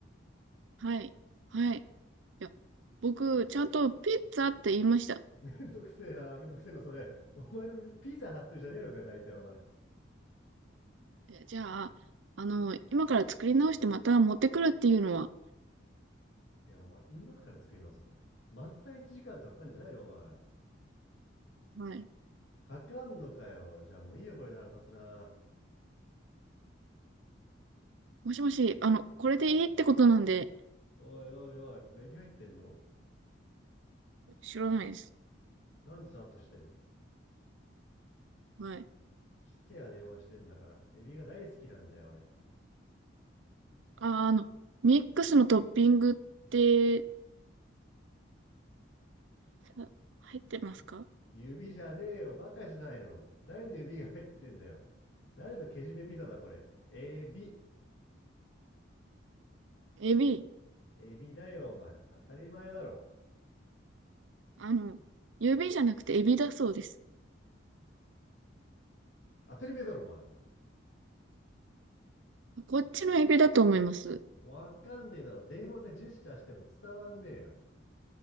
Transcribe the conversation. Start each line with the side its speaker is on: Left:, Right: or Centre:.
Right: はい、はい。いや、僕、ちゃんとピッツァって言いました。
Left: <laughs> めんどくせえな、めんどくせえな、それ。お前の水、ピザ貼ってるじゃねえのかよ、大体、お前。
Right: えじゃあ、あの、今から作り直してまた持ってくるっていうのは、
Left: いや、お前、今から作り直すのまった1時間とかかかんじゃないの、お前。
Right: はい。
Left: かかんのかよ。じゃあもういいよ、これで腹立つな。
Right: もしもし、あの、これでいいってことなんで、
Left: おいおいおい、これエビ入ってんの
Right: 知らないです。
Left: なんでさらっとしてんの
Right: はい。
Left: 聞けや電話してんだから。エビが大好きなんだよ、俺。
Right: あ、あの、ミックスのトッピングって、さ入ってますか
Left: 指じゃねえよ、バカじゃないの。誰の指が入ってんだよ。誰のけじめピザだ、これ。エビ。
Right: エビ。
Left: エビだよ、お前。当たり前だろ。
Right: あの、指じゃなくてエビだそうです。
Left: 当たり前だろ、お前。
Right: こっちのエビだと思います。
Left: わかんねえだろ。電話でジェスチャーしても伝わんねえよ。